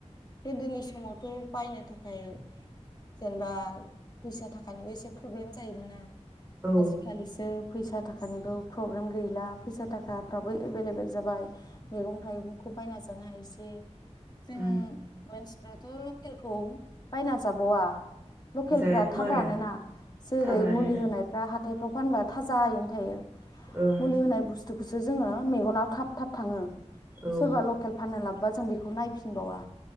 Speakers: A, on the left; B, on the right.
A: गोदोनि समावथ बायनो थाखाय जेनेबा फैसा थाखानिबो एसे प्रब्लेम जायोमोन ना
B: औ
A: आजिखालिसो फैसा थाखानिबो प्रब्लेम गैला फैसा थाखाफ्राबो एभेलेबेल जाबाय। मैगं थाइगंखौ बायनासो जानो हायोसै
B: ओं
A: जों मानसिफ्राथ लकेलखौ बायना जाबावा। लकेलफ्रा
B: जायाथ'
A: थाब
B: आरो
A: रानोना जेरै
B: थाब रानो
A: मुलि
B: दा
A: होनायफ्रा हाब हाथाइफ्राव फानबा थाजायैनो थायो।
B: ओं
A: मुलि होनाय बुस्थु खोसो जोङो मेगना थाब थाब थाङो।
B: औ
A: सोरबा लकेल फाननो लाब्बा जों बेखौ नायफिनबावा।